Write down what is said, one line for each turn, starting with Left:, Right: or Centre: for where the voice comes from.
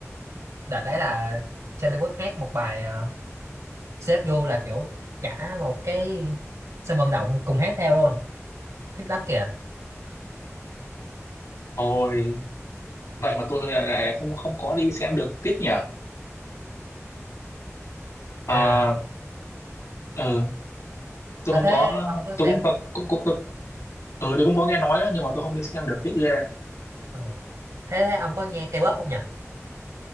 Right: đợt đấy là Charlie Puth hát một bài ờ, Save You là kiểu cả một cái sân vận động cùng hát theo luôn thích lắm kìa
Left: Ôi, vậy mà tôi lại lại không không có đi xem được tiếc nhỉ. À,
Right: à
Left: ờ, tôi
Right: à,
Left: không
Right: thế
Left: có
Right: ông có xem
Left: tôi cũng có cũng, cũng, tôi, ừ, tôi cũng có nghe nói đó, nhưng mà tôi không đi xem được tiếc ghê.
Right: ờ, thế thế ông có nghe K-pop không nhỉ